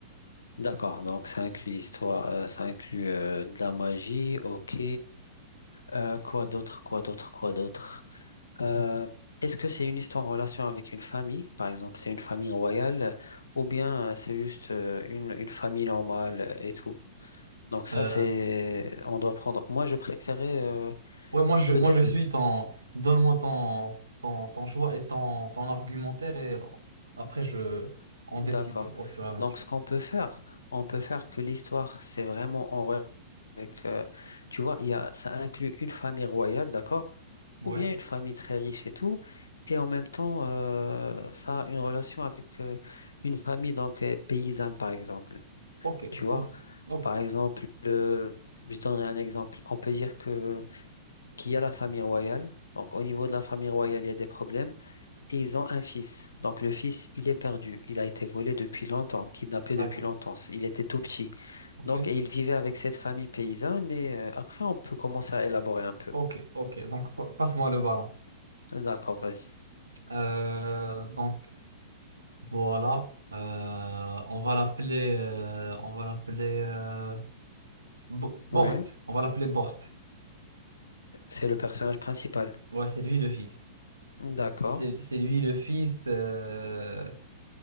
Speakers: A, on the left (about 75°); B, on the right (about 85°).
A: D'accord. Donc ça inclut l'histoire, euh, ça inclut euh, de la magie. Ok. Euh, quoi d'autre? Quoi d'autre? Quoi d'autre? Euh, est-ce que c'est une histoire en relation avec une famille, par exemple, c'est une famille royale, ou bien euh, c'est juste euh, une, une famille normale euh, et tout? Donc ça,
B: Euh,
A: c'est, on doit prendre. Moi, je préférais euh,
B: ouais, moi je,
A: peut-être.
B: moi je suis ton. Donne-moi ton, ton, ton choix et ton, ton argumentaire et après je on
A: D'accord.
B: décide au fur et à mesure.
A: Donc, ce qu'on peut faire, on peut faire que l'histoire, c'est vraiment en relation avec. euh, tu vois, il y a, ça inclut une famille royale, d'accord?
B: Ouais.
A: Ou bien une famille très riche et tout. Et en même temps, euh, ça a une relation avec euh, une famille donc euh, paysanne, par exemple.
B: Ok,
A: Tu vois,
B: ok, ok.
A: par exemple, le- je donnerai un exemple. On peut dire que qu'il y a la famille royale. Donc, au niveau de la famille royale, il y a des problèmes. Et ils ont un fils. Donc le fils, il est perdu. Il a été volé depuis longtemps, kidnappé
B: D'accord.
A: depuis longtemps. Il était tout petit.
B: Ok,
A: Donc, et il vivait avec cette famille paysanne. Et euh, après, on peut commencer à élaborer un peu.
B: ok, ok. Donc pa- passe-moi le ballon.
A: D'accord, vas-y.
B: Euh, donc voilà. Euh, on va l'appeler euh, on va l'appeler euh, Bo-
A: Oui,
B: Bort. On va l'appeler Bort.
A: c'est le personnage principal.
B: Ouais, c'est lui le fils.
A: D'accord.
B: C'est c'est lui le fils. euh,